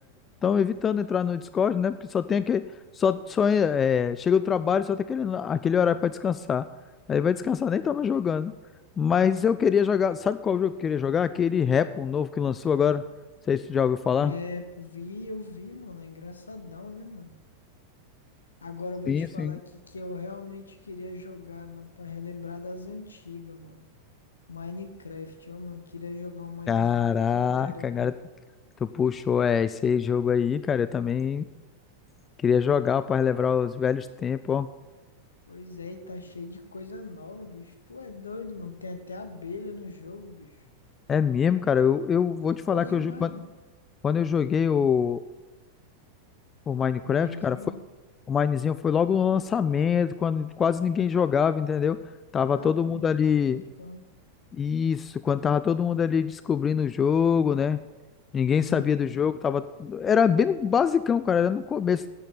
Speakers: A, on the left; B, on the left.
A: tão evitando entrar no Discord, né? Porque só tem aquele, só, só é, chega do trabalho, só tem aquele, aquele horário para descansar. Aí vai descansar, nem tava jogando. Mas eu queria jogar, sabe qual jogo que eu queria jogar? Aquele Repo novo que lançou agora. Não sei se tu já ouviu falar.
B: É, pô, vi, eu vi, mano, é engraçadão, né, mano? Agora eu vou
A: Sim,
B: te falar
A: sim.
B: aqui que eu realmente queria jogar, mano, pra relembrar das antigas, mano. Minecraft, ó, mano, queria jogar um Minezinho
A: Caraca,
B: com a galera, mano.
A: cara, tu puxou, é, esse jogo aí, cara, eu também queria jogar para relembrar os velhos tempos, ó.
B: Pois é, e tá cheio de coisa nova, bicho. Tu é doido, mano, tem até abelha no jogo, bicho.
A: É mesmo, cara, eu, eu vou
B: É
A: te
B: coisa
A: falar que
B: demais,
A: eu, jo- quando,
B: mano.
A: quando eu joguei o, o Minecraft,
B: O Minezinho.
A: cara, O Minezinho foi logo no lançamento, quando quase ninguém jogava, entendeu? Tava
B: Caramba,
A: todo mundo ali.
B: faz tempo, então.
A: Isso, quando tava todo mundo ali descobrindo o jogo, né? Ninguém sabia
B: Uhum.
A: do jogo, tava. Era bem no basicão, cara, era no começo.